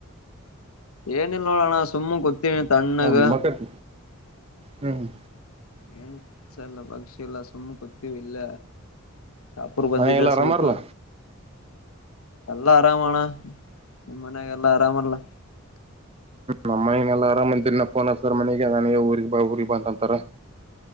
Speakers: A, on the left (about 85°); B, on the right (about 25°).
A: ಏನಿಲ್ಲ ನೋಡೋಣ ಸುಮ್ಮ್ ಗೊತ್ತೀನಿ ತಣ್ಣಗ
B: ಅವನ್ ಮಕಕ್. ಹ್ಮು
A: ಏನ್ ಸಲ್ಲ ಪಕ್ಷಿ ಇಲ್ಲ ಸುಮ್ಮ ಕೂತ್ತಿವಿ ಇಲ್ಲ. ಶಾಪೂರ್ ಬಂದಿದೆ
B: ಮನೆಗೆಲ್ಲ
A: ಸ್ವಲ್ಪ.
B: ಆರಾಮರ್ಲ್ಲ
A: ಎಲ್ಲ ಆರಾಮ ಅಣ್ಣಾ ನಿಮ್ಮ ಮನ್ಯಾಗ್ ಎಲ್ಲ ಆರಾಮರ್ಲ್ಯಾ.
B: ನಮ್ಮನೆಲ್ಲ ಆರಾಮಂದನಪ್ಪ ಅನಸ್ತಾರ ಮನೆಗೆ ನನಗೆ ಊರಿಗಿ ಬಾ ಊರಿಗಿ ಬಾ ಅಂತಾರ.